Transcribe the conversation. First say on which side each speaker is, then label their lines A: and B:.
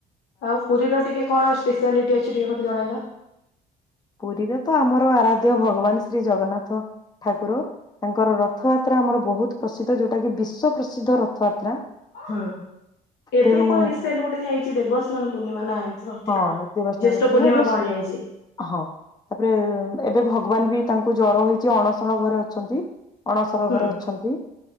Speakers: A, on the left; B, on the left.
A: ଆଉ ପୁରୀର ଟିକେ କଣ ସ୍ପେଶାଲିଟି ଅଛି ଟିକେ ମୋତେ ଜଣେଇଲ।
B: ପୁରୀରେ ତ ଆମର ଆରାଧ୍ୟ ଭଗବାନ ଶ୍ରୀ ଜଗନ୍ନାଥ। ଠାକୁର ତାଙ୍କର ରଥଯାତ୍ରା ଆମର ବହୁତ ପ୍ରସିଦ୍ଧ ଯୋଉଟା କି ବିଶ୍ଵ ପ୍ରସିଦ୍ଧ ରଥ। ଯାତ୍ରା
A: ହୁଁ ଏବେ
B: ତେଣୁ।
A: କଣ ରିସେଣ୍ଟ ଗୋଟେ ଯାଇଛି ଦେବ ସ୍ନାନ ପୂର୍ଣ୍ଣିମା ନା ଏମିତି ସମଥିଙ୍ଗ
B: ହଁ
A: କଣ
B: ଦେବସ୍ନାନ
A: ଜେଷ୍ଠ ପୂର୍ଣ୍ଣିମା
B: ଏବେ
A: କୁଆଡେ ଯାଇଛି।
B: ହଁ ତାପରେ ଏବେ ଭଗବାନ ବି ତାଙ୍କୁ ଜର ହେଇଛି ଅଣସଣ ଘରେ ଅଛନ୍ତି। ଅଣସର
A: ହୁଁ
B: ଘରେ ଅଛନ୍ତି।